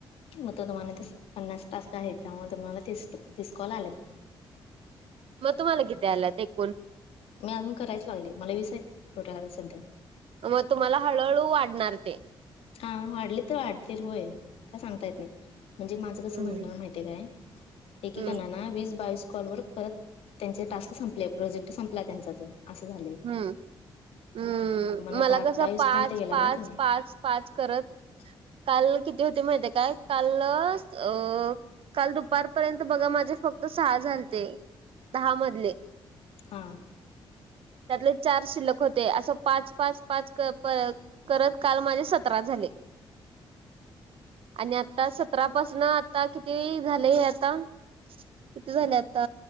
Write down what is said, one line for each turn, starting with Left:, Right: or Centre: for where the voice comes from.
Left: मग तर तुम्हाला ते पन्नास टास्क आहेत त्यामुळे तुम्हाला तीस तीस कॉल आल्यात. <inaudible>
Right: मग तुम्हाला किती आल्यात एकूण
Left: मी अजून करायच लागले मला वीस आहेत टोटल आता सध्या
Right: मग तुम्हाला हळूहळू वाढणार ते
Left: हा वाढली तर वाढतील होय का सांगता नाही. म्हणजे माझं कसं
Right: हम्म
Left: म्हणणं माहिती आहे काय एकेकांना
Right: हम्म
Left: ना वीस बावीस कॉलवर - परत त्यांचे टास्क संपले प्रोजेक्ट संपला त्यांचा तो. असं झालय.
Right: हम्म हम्
Left: आता
Right: मला
Left: अठ्ठावीस
Right: कसं पाच
Left: पर्यंत गेला
Right: पाच
Left: ना तुम्ही
Right: पाच पाच करत
Left: <inaudible>
Right: काल किती होते माहितीय काय काल अ काल दुपारपर्यंत बघा माझे फक्त सहा झालते दहा मधले.
Left: हां.
Right: त्यातले चार शिल्लक होते असं पाच पाच पाच क प करत काल माझे सतरा झाले. आणि आता सतरा पाासन आता किती झाले हे आता
Left: <inaudible>
Right: किती झाले आता